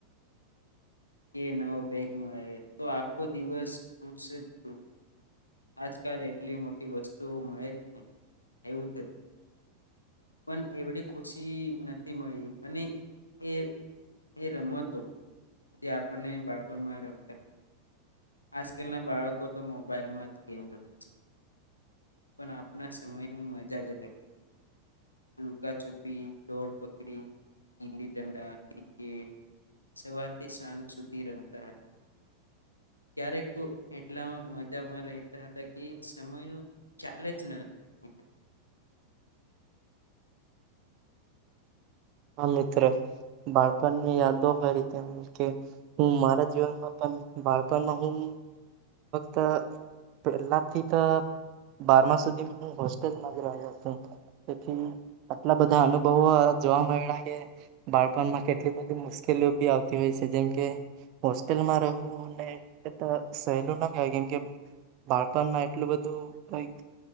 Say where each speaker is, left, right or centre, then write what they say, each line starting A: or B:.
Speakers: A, on the left (about 85°); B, on the right (about 40°).
A: કે નવો બેગ મળે તો આખો દિવસ ખુશ જ હોવ આજકાલ એટલી મોટી વસ્તુઓ મળે એવું <unintelligible> પન એવડી ખુશી નથી મળી. અને એ એ રમતો જે આપણને બાળપણમાં રમતા આજકલના બાળકો તો મોબાઈલમાં જ ગેમ રમે છે. પન આપના સમયની મજાજ કઈક લુકા છુપી, દોડ પકડી ગીલી દંડા ક્રિકેટ સવારથી સાંજ સુધી રમતા હતા. ક્યારેક તો એટલા મજામાં રહેતા હતા કે સમયનું ખ્યાલ જ ન હતું
B: હા મિત્ર, બાળપનની યાદો કરી કે કે હું મારા જીવનમાં પણ બાળપણમાં હું તો પેલા થી તો બારમા સુધી હું હોસ્ટેલમાં જ રહ્યો તો. તેથી આટલા બધા અનુભવો જોવા મયડા કે બાળપણમાં કેટલી બધી મુશ્કેલીઓ બી આવતી હોયસે. જેમકે હોસ્ટેલમાં રહેવુંને એટલું સહેલું ના કેવાય કેમકે બાળપનમાં એટલું બધું કઈક